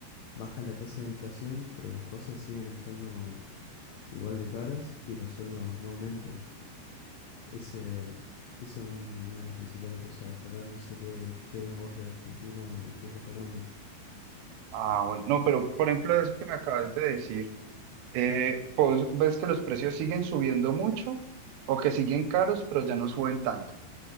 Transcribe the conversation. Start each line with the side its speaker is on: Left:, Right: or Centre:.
Left: baja la tasa de inflación, pero las cosas siguen estando igual de caras y los sueldos no aumentan. Ese, eso es un- una de las principales cosas a destacar. No sé qué, qué ves vos de Argentina desde Colombia.
Right: Ah, bueno, no, pero por ejemplo de eso que me acabas de decir, eh, ¿vos ves que los precios siguen subiendo mucho o que siguen caros pero ya no suben tanto?